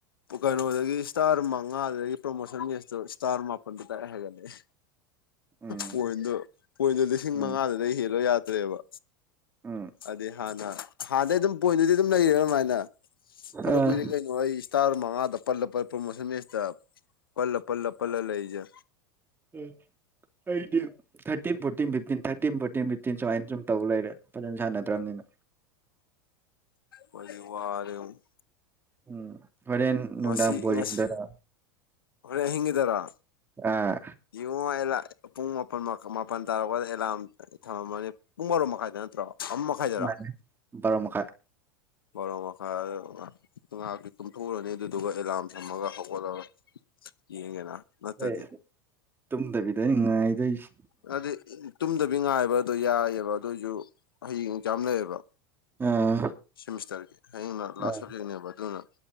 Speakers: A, on the left; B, on the right.
A: ꯀꯩꯅꯣꯗꯒꯤ ꯁ꯭ꯇꯥꯔ ꯃꯉꯥꯗꯒꯤ ꯄ꯭ꯔꯣꯃꯣꯁꯟ ꯌꯦꯁꯇꯨ ꯁ꯭ꯇꯥꯔ ꯃꯥꯄꯜꯗꯨ ꯗꯥꯏꯔꯦꯛ ꯍꯥꯏꯒꯠꯂꯛꯑꯦ
B: ꯎꯝ
A: ꯄꯣ꯭ꯏꯟꯗꯣ ꯄꯣ꯭ꯏꯟꯗꯣ ꯂꯤꯁꯤꯡ
B: ꯎꯝ
A: ꯃꯉꯥꯗꯨꯗ ꯍꯦꯜꯂꯣ ꯌꯥꯗ꯭ꯔꯦꯕ
B: ꯎꯝ
A: ꯑꯗꯨꯗꯤ ꯍꯥꯟꯅ ꯍꯥꯟꯅꯗꯩ ꯑꯗꯨꯝ ꯄꯣ꯭ꯏꯟꯗꯨꯗꯤ ꯑꯗꯨꯝ ꯂꯩꯔꯦꯅ ꯑꯗꯨꯃꯥꯏꯅ ꯐꯅ
B: ꯑꯥ
A: ꯀꯨꯏꯔꯦ ꯀꯩꯅꯣ ꯑꯩ ꯁꯈꯇꯥꯔ ꯃꯉꯥꯗ ꯄꯜ ꯄꯜ ꯄ꯭ꯔꯃꯣꯁꯟ ꯃꯦꯁ ꯇ ꯄꯜꯂ ꯄꯜꯂ ꯄꯜꯂ ꯂꯩꯔꯤꯖꯦ
B: ꯎꯝ ꯑꯩꯗꯤ thirteen fourteen fifteen thirteen fourteen fifteen ꯁꯨꯃꯥꯏꯅ ꯁꯨꯝ ꯇꯧ ꯂꯩꯔꯦ ꯐꯖꯅ ꯁꯥꯟꯅꯇꯗ꯭ꯔꯃꯤꯅ
A: ꯍꯧꯖꯤꯛ ꯋꯥꯔꯦ ꯑꯃꯨꯛ
B: ꯎꯝ ꯍꯣꯔꯦꯟ ꯅꯨꯡꯗꯥꯡ
A: ꯉꯁꯤ
B: ꯕꯣꯜ
A: ꯉꯁꯤ
B: ꯌꯦꯡꯗꯣꯏꯔꯣ
A: ꯍꯣꯔꯦꯟ ꯑꯍꯤꯡꯒꯤꯗꯔꯣ
B: ꯑꯥ
A: ꯌꯦꯡꯉꯣ ꯑꯦꯂ ꯄꯨꯡ ꯃꯥꯄꯜ ꯃꯥꯄꯜ ꯇꯥꯔꯛꯄꯗ ꯑꯦꯂꯥꯝ ꯊꯝꯃꯝꯃꯅꯤ ꯄꯨꯡ ꯕꯔꯣ ꯃꯈꯥꯏꯗ ꯅꯠꯇ꯭ꯔꯣ ꯑꯃ ꯃꯈꯥꯏꯗꯔꯥ
B: ꯃꯥꯅꯦꯕꯥꯔꯣ ꯃꯈꯥꯏ
A: ꯕꯥꯔꯣ ꯃꯈꯥꯏ ꯉꯥꯏꯍꯥꯛꯇꯤ ꯀꯨꯝꯊꯣꯛꯎꯔꯅꯤ ꯑꯗꯨꯗꯨꯒ ꯑꯦꯂꯥꯔꯝ ꯊꯝꯃꯒ ꯍꯧꯒꯠꯂꯒ ꯌꯦꯉꯦꯅꯥ ꯅꯠꯇꯗꯤ
B: ꯍꯣꯏ ꯇꯨꯝꯗꯕꯤꯗ ꯑꯩ ꯉꯥꯏꯗꯣꯏꯁꯦ
A: ꯍꯥꯏꯗꯤ ꯇꯨꯝꯗꯕꯤ ꯉꯥꯏꯕꯗꯣ ꯌꯥꯏꯌꯦꯕ ꯑꯗꯨꯏꯖꯨ ꯍꯌꯦꯡ ꯑꯦꯛꯖꯥꯝ ꯂꯩꯌꯦꯕ
B: ꯑꯥ
A: ꯁꯦꯃꯤꯁꯇꯔꯒꯤ ꯍꯌꯦꯡꯅ ꯂꯥꯁ
B: ꯑꯥ
A: ꯁꯕꯖꯦꯛꯅꯦꯕ ꯑꯗꯨꯅ